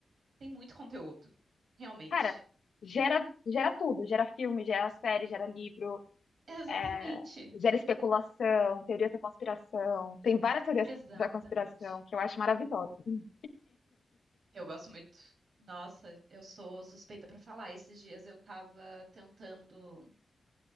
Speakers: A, on the right; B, on the left.
A: tem muito conteúdo, realmente.
B: Cara, gera, gera tudo, gera filme, gera série, gera livro,
A: Exatamente.
B: é, gera especulação, teorias da conspiração. Tem várias teorias
A: Exatamente.
B: da conspiração que eu acho maravilhosa. Hum,
A: Eu gosto muito. Nossa, eu sou suspeita para falar. Esses dias eu tava tentando